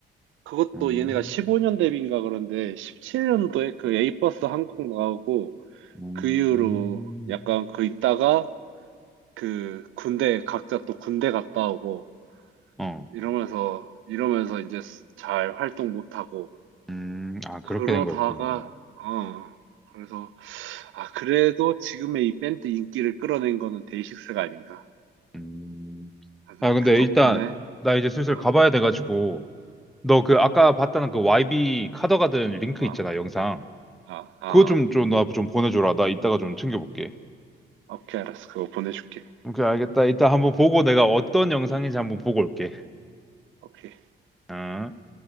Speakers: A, on the right (about 80°); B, in the centre.
A: 그것도
B: 음,
A: 얘네가 15년 데뷔인가 그런데 17년도에 그 A버스 한국 나오고
B: 음,
A: 그 이후로 약간 그 있다가 그 군대 각자 또 군대 갔다 오고
B: 어,
A: 이러면서 이러면서 이제 스- 잘 활동 못 하고
B: 음, 아, 그렇게
A: 그러다가
B: 된 거였구나.
A: 어 그래서 아 그래도 지금의 이 밴드 인기를 끌어낸 거는 데이식스가 아닌가
B: 음,
A: 하는
B: 아, 근데
A: 그 덕분에
B: 일단, 나 이제 슬슬
A: 어
B: 가봐야 돼가지고, 너 그
A: 어
B: 아까 봤다는 그 YB 카더가든 링크
A: 아
B: 있잖아, 영상.
A: 아 아
B: 그거
A: 아
B: 좀, 좀, 나 좀 보내줘라. 나 이따가 좀 챙겨볼게.
A: 오케이 알았어 그거 보내줄게
B: 오케이, 알겠다. 이따 한번 보고 내가 어떤 영상인지 한번 보고 올게.
A: 오케이
B: 어.